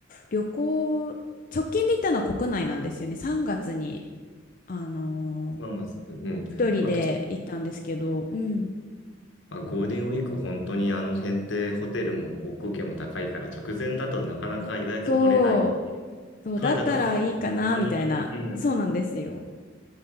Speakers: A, on the left (about 45°); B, on the left (about 80°).
A: 旅行直近で行ったのは国内なんですよね。3月に、あのー
B: 3月。うん。
A: 一人で行ったんですけど、
B: まあ、と
A: うん。
B: まあゴールデンウィーク本当にあの選定ホテルも航空券も高いから直前だとなかなか予約取れない。
A: そう、そうだったらいいかな、
B: 取れたとしても本当に、
A: みたいな。
B: うん。
A: そうなんですよ。